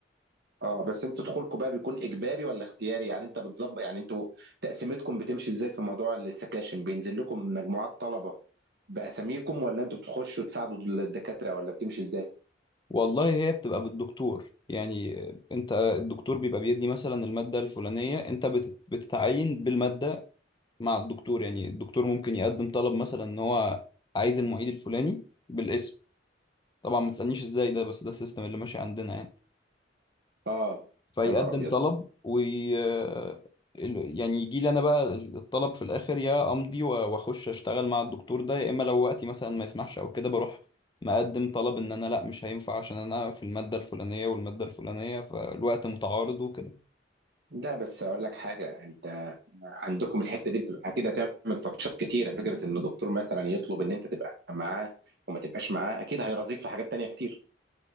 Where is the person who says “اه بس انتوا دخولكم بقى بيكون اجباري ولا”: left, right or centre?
Right